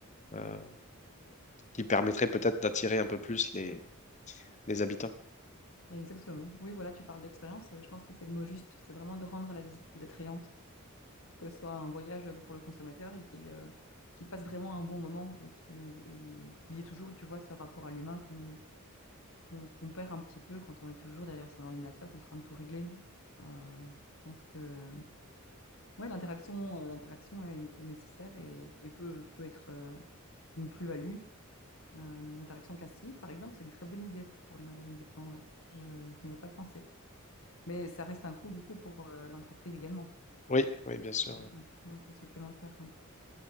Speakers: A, on the left; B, on the left.
A: euh, qui permettrait peut-être d'attirer un peu plus les, les habitants.
B: Exactement. Oui, voilà, tu parles d'expérience. euh, Je pense que c'est le mot juste. C'est vraiment de rendre la visite plus attrayante. que ce soit un voyage pour le consommateur et qu'il euh, qu'il passe vraiment un bon moment et qu'il et qu'il y ait toujours, tu vois, ce rapport à l'humain qu'on qu'on qu'on perd un petit peu quand on est toujours derrière son ordinateur en train de tout régler. Euh, je pense que ouais, l'interaction euh, l'interaction est, est nécessaire et, et peut, peut être euh, une plus-value. Euh, une interaction avec un styliste, par exemple, c'est une très bonne idée pour les magasins de vêtements, ouais. Je, je n'y avais pas pensé. Mais ça reste un coût, du coup, pour euh, l'entreprise également,
A: Oui, oui, bien sûr.
B: hein, un coût, un coût supplémentaire, oui.